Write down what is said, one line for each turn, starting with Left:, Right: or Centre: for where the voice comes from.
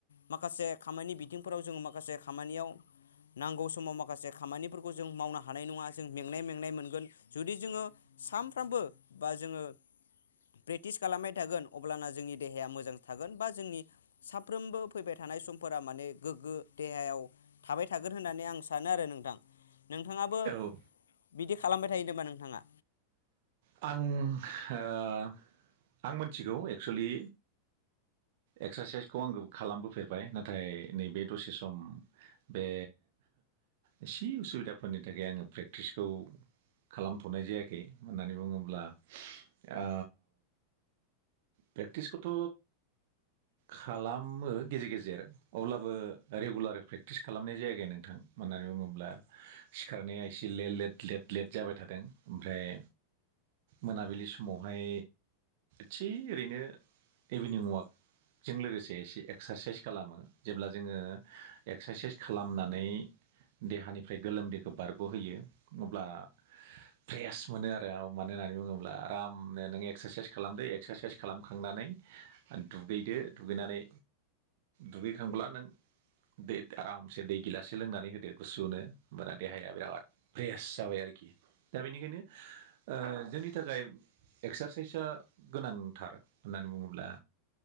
Left: माखासे खामानि बिथिंफोराव जोङो म- माखासे खामानियाव नांगौ समाव माखासे खामानिफोरखौ जों मावनो हानाय नङा जों मेंनाय मेंनाय मोनगोन। जुदि जोङो सानफ्रामबो बा जोङो प्रेक्टिस खालामबाय थागोन अब्लाना जोंनि देहाया मोजां थागोन बा जोंनि साफ्रोमबो फैबाय था- थानाय समफोरा माने गोग्गो देहायाव थाबाय थागोन होननानै आं सानो आरो नोंथां। नोंथाङाबो
Right: औ आं ओ
Left: बिदि खालामबाय थायो नामा नोंथाङा?
Right: आं ओ आं मिथिगौ एक्सुुलि एक्सारसाइसखौ आङो खालामबोफेरबाय। नाथाय नैबे दसे सम बे एसे उसुबिदाफोरनि थाखाय आङो प्रेक्टिसखौ खालामथ'नाय जायाखै। होननानै बुङोब्ला ओ प्रेकटिसखौथ' खालामो गेजेर गेजेर अब्लाबो रेगुलार प्रेक्टिस खालामनाय जायाखै नोंथां। मानो होननानै बुङोब्ला सिखारनाया एसे ले ले लेट लेट जाबाय थादों। ओमफ्राय मोनाबिलि समावहाय थि ओरैनो इभिनिं वाक जों लोगोसे एसे एक्सारसाइस खालामो। जेब्ला जोङो एक्सारसाइस खालामनानै देहानिफ्राय गोलोमदैखौ बारग'होयो अब्ला फ्रेस मोनो आरो मानो होननानै बुङोब्ला आरामनो नों एक्सारसाइस खालामदो एक्सारसाइस खालामखांनानै दुगैदो दुगैनानै दुगैखांब्ला नों दै आरामसे दै गिलासे लोंनानै होदो गुसुनो होमबाना देहाया बिराद फ्रेस जाबाय आरोखि। दा बेनिखायनो ओ जोंनि थाखाय एक्सारसाइसआ गोनांथार होननानै बुङोब्ला